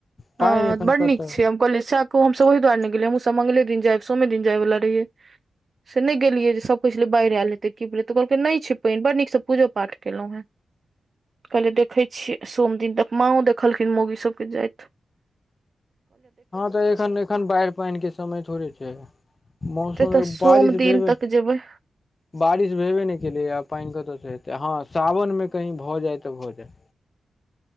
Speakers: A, on the left; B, on the right.
A: पानि
B: हाँ
A: एखन
B: बड्ड
A: कतऽ
B: नीक छैय हम कहलियै सैह कहु हमसब ओहि दुआरे नहि गेलै हमहूं सब मंगले दिन जैब सोमे दिन जाय वला रहियै। से नहि गेलियै जे सब कहै छलै बाइढ़ एल हेत्ते कि भेलै तऽ कहलकै नहि छैय पैन बड़ नीक सऽ पूजो पाठ केलौं। <inaudible> कहलियै देखै छियै सोम दिन तऽ माँओ देखलखिन मौगी सबके जैत।
A: हँ तऽ एखन एखन बाइढ़ पइन के समय थोड़े छैय। मौसम
B: एते
A: में
B: तऽ सोम
A: बारिश
B: दिन
A: भेबे
B: तक जेबै
A: बारिश भेबे नहि केलैया पाइन कतऽ स हेतै हँ सावन में कहीँ भऽ जाय तऽ भऽ जाय।